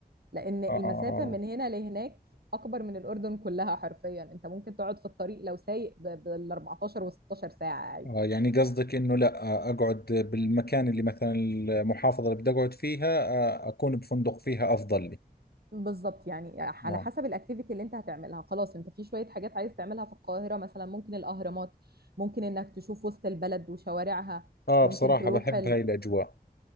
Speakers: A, on the right; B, on the left.
A: لان المسافه
B: اه, آه. آه
A: من هنا لهناك اكبر من الاردن كلها حرفيا انت ممكن تقعد في الطريق لو سايق ب- بال 14 و16 ساعه عادي
B: آه، يعني قصدك انه لا آه، اقعد بالمكان اللي مثلا المحافظة اللي بدي اقعد فيها آه، اكون بفندق فيها افضل لي
A: بالظبط يعني على
B: آه.
A: حسب الاكتيفيتي اللي انت هتعملها خلاص انت في شويه حاجات عايز تعملها في القاهره مثلا ممكن الاهرامات ممكن انك تشوف وسط البلد وشوارعها
B: آه
A: ممكن
B: بصراحة
A: تروح
B: بحب
A: ال...
B: هاي الأجواء